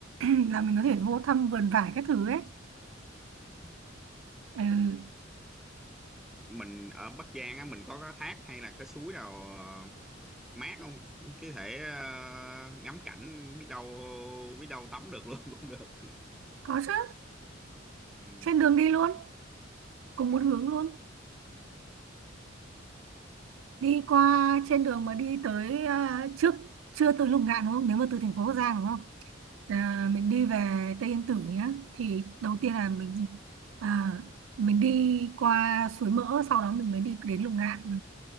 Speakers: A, on the right; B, in the centre.
A: <clears throat> là mình có thể vô thăm vườn vải các thứ ấy
B: ừ,
A: ừ,
B: mình ở Bắc Giang á mình có cái thác hay là cái suối nào ờ, mát không cái thể ờ, ngắm cảnh biết đâu biết đâu tắm được luôn <laughs> cũng được
A: có chứ
B: ừ.
A: trên đường đi luôn cùng
B: Ừ.
A: một hướng luôn đi qua trên đường mà đi tới à, trước chưa tới Lục Ngạn đúng không nếu mà từ thành phố Bắc Giang đúng không à, mình đi về Tây Yên Tử nhá thì đầu tiên là mình à, mình đi qua Suối Mỡ sau đó mình mới đi đến Lục Ngạn